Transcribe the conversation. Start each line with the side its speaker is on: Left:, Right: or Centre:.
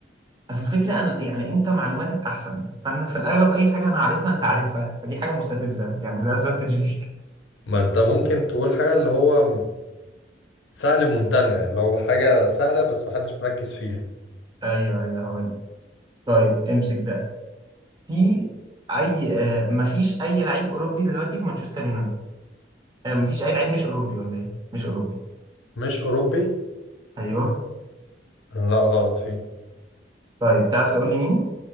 Right: اصل الفكره انا يعني انت معلوماتك احسن فانا في الاغلب اي حاجه انا عارفها انت عارفها فدي حاجه مستفزه يعني ده ادفانتج ليك
Left: <laughs> ما انت ممكن تقول حاجه اللي هو سهل ممتنع اللي هو حاجه سهله بس محدش مركز فيها
Right: <laughs> ايوه ايوه هقول لك طيب امسك ده في اي آه مفيش اي لعيب اوروبي دلوقتي في مانشستر يونايتد آه مفيش اي لعيب مش اوروبي ولا ايه مش اوروبي
Left: مش اوروبي
Right: ايوه
Left: لا غلط فيه
Right: طيب تعرف تقول لي مين